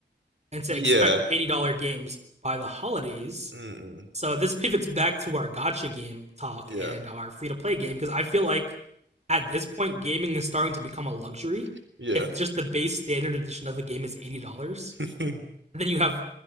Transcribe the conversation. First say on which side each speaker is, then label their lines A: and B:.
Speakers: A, on the right; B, on the right.
A: and to
B: yeah,
A: expect $80 games by the holidays.
B: mm,
A: So this pivots back to our gotcha game talk
B: yeah,
A: and our free to play game because I feel like at this point gaming is starting to become a luxury.
B: <laughs> yeah.
A: If just the base standard edition of a game is $80,
B: <laughs>
A: then you have